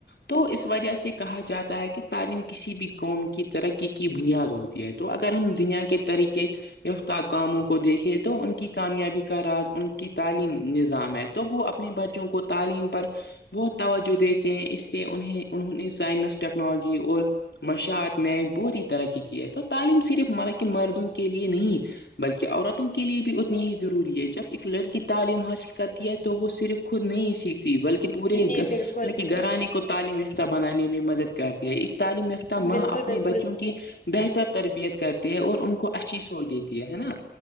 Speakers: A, on the left (about 80°); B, on the left (about 50°).
A: تو اس وجہ سے کہا جاتا ہے کہ تعلیم کسی بھی قوم کی ترقی کی بنیاد ہوتی ہے تو اگر ہم دنیا کے طریقے فت کااموں کو دیکھے تو ان کی کامیابی کا راز ان کی تعلیم نظام ہے تو وہ اپنے بچ بچوں کو تعلیم پر بہت توجہ دیتے ہیں اس لیے انہیں انہوں نے سائنس ٹیکنالوجی اور مشاعت میں بہت ہی طرح کی کی ہے تو تعلیم صرف ملب کہ مردوں کے لیے نہیں بلکہ عورتوں کے لیے بھی اتنی ہی ضروری ہے جب ایک لڑکی تعلیم حاصل کرتی ہے تو وہ صرف خود نہیں سیکھتی بلکہ پورے
B: جی بالکل
A: مطہ گھرانے کو تعلیم یافتہ بنانے میں مدد کرتی ہے ایک تعلیم یافتہ ماں
B: بالکل
A: اپنے
B: بالکل
A: بچوں کی بہتر تربیت کرتی ہے اور ان کو اچھی سوچ دیتی ہے ہے نا